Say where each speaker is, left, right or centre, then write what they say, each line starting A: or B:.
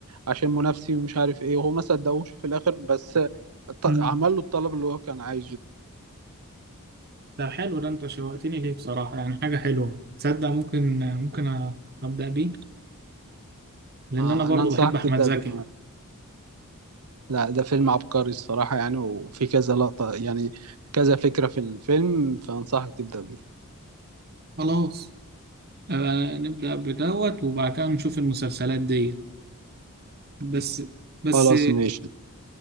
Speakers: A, on the right (about 85°); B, on the right (about 45°).
A: عشان منافسي ومش عارف ايه وهو ما صدقوش في الاخر بس ط-
B: مم.
A: عمل له الطلب اللي هو كان عايزه
B: ده حلو ده انت شوقتني ليه بصراحه يعني حاجه حلوه تصدق ممكن ممكن أ- ابدا بيه لان
A: آه،
B: انا برضو
A: انا انصحك
B: بحب احمد
A: تبدأ
B: زكي
A: بيه لا ده فيلم عبقري الصراحة يعني وفي كذا لقطة يعني كذا فكرة في الفيلم فأنصحك تبدأ بيه
B: خلاص آه، نبدا بدوت وبعد كده نشوف المسلسلات دي بس بس
A: خلاص ماشي